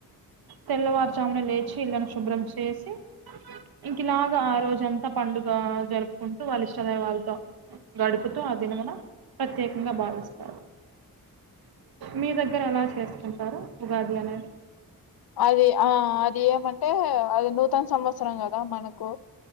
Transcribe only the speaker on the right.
తెల్లవారుజామున లేచి ఇల్లంతా శుభ్రం చేసి ఇంకిఈలాగా ఆ రోజంతా పండుగ జరుపుకుంటూ వాళ్ళ ఇష్ట దైవాళ్ళతో గడుపుతూ ఆ దినమున ప్రత్యేకంగా భావిస్త మీ దగ్గర ఎలా చేసుకుంటారు ఉగాది అనేది